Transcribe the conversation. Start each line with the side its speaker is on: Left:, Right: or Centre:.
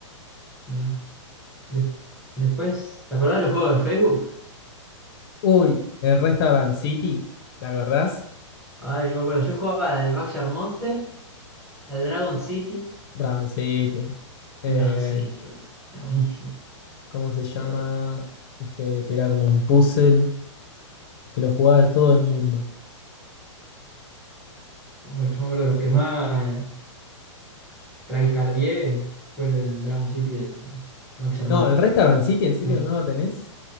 Centre: Mirá. De- después, ¿te acordás de los juegos de Facebook?
Left: Uy, el Restaurant City, ¿te acordás?
Centre: Ay, no me acuerdo. Yo jugaba al Backyard Monster, al Dragon City.
Left: Brown City. Eh,
Centre: El Dragon City, boludo. Era buenísimo.
Left: ¿cómo se llama?
Centre: Eh,
Left: Este, que era como un puzzle que lo jugaba todo el mundo.
Centre: Bueno, yo me acuerdo de los que más tryhardié fue el Drown City del Vaxxer Monster.
Left: No, el Restaurant City, ¿en serio
Centre: Fuerte.
Left: no lo tenés?